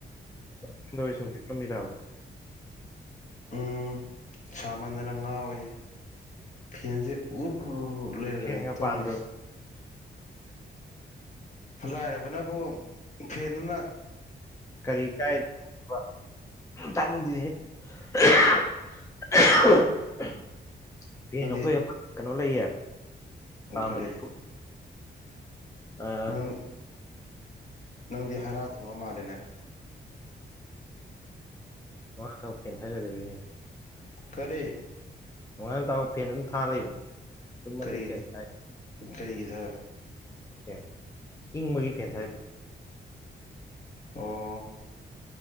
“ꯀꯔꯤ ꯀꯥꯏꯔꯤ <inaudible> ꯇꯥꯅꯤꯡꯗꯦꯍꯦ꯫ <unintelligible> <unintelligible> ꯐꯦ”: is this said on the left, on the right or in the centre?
Left